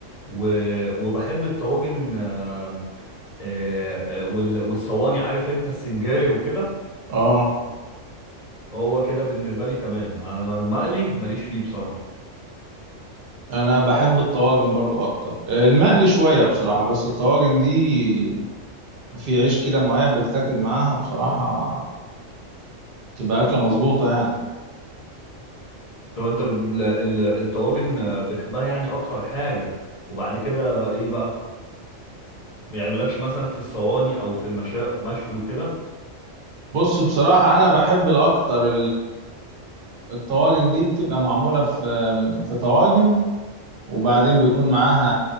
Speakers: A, on the left (about 35°); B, on the right (about 50°).
A: و... وبحب الطواجن آه، آه، آه، وال- والصواني عارف انت السنجاري وكده
B: اه
A: هو كده بالنسبه لي تمام انا المقلي ماليش فيه بصراحه
B: انا بحب الطواجن برضو اكتر آه، المقلي شويه بصراحه بس الطواجن دي وفي عيش كده معين بتاكل معاها بصراحه تبقى اكله مظبوطه يعني
A: طب انت بت- ال- ال- الطواجن آه، بتحبها يعني اكتر حاجه وبعد كده ايه بقى يعني مالكش مثلا في الصواني او في المشا مشوي وكده
B: بص بصراحة أنا بحب الأكتر الطواجن دي بتبقى معمولة في في طواجن وبعدين بيكون معاها